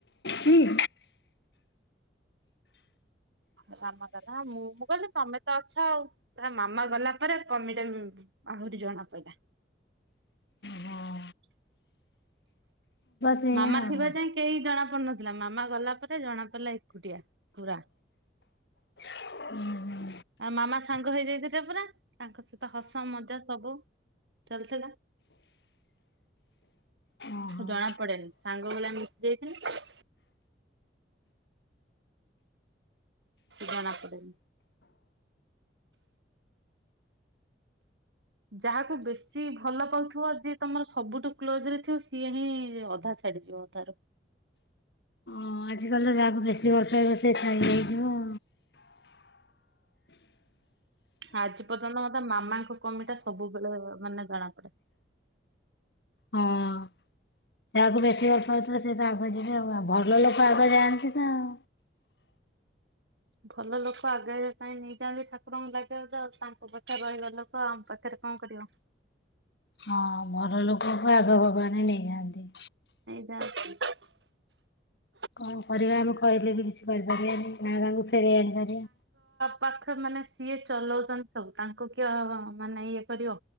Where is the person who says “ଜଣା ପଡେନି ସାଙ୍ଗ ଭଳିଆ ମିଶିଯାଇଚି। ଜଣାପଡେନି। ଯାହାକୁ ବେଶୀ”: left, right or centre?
Right